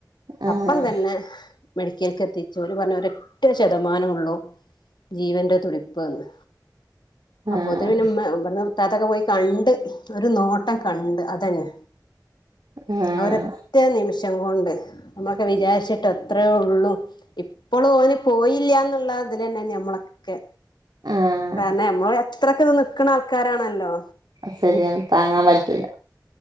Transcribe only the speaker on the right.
ആഹ്
ആഹ്
ആഹ്
ആഹ്
ശരിയ താങ്ങാൻ പറ്റൂല